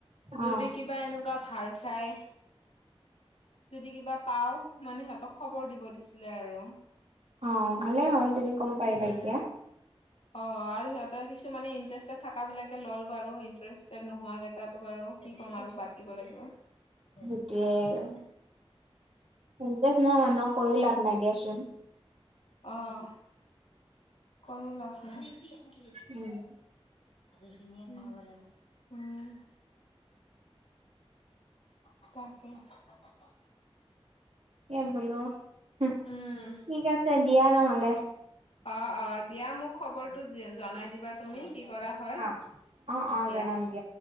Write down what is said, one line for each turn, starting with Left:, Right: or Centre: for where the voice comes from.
Left: যদি
Right: অ
Left: কিবা এনেকুৱা ভাল চাই যদি কিবা পাও মানে সিহঁতক খবৰ দিব দিছিলে আৰু
Right: অ অ ভালে হল তুমি ক'ব পাৰিবা
Left: উম
Right: এতিয়া।
Left: অ আৰু সিহঁতৰ কিছুমানে ইন্টাৰেষ্টেড থাকা বিলাকে ল'ল বাৰু ইণ্টাৰেষ্টেড নোহোৱাকেইটাতো বাৰু কি ক'ম আৰু বাদ দিব লাগিব।
Right: সেইটোৱে আৰু
Left: উম
Right: ইণ্টাৰেষ্ট নোহোৱা মানুহক কৈয়ো লাভ নাই দিয়াচোন।
Left: অহ কৈয়ো লাভ নাই আমি এক বি আমও খেয়েছি।
Right: উম
Left: গাজৰ খিনিয়ে উম উ উ খাবলৈ লাগে উম উ উ ঠক ঠক তাকেই ঠক ঠক ঠক ঠক।
Right: এ বোলো হুম
Left: উম,
Right: ঠিক আছে দিয়া নহলে।
Left: আ আ অ অ দিয়া মোক খবৰটো যি জনাই দিবা তুমি কি কৰা। হয়
Right: অ
Left: উফ সি ই
Right: অ অ
Left: ই দিয়া
Right: জনাম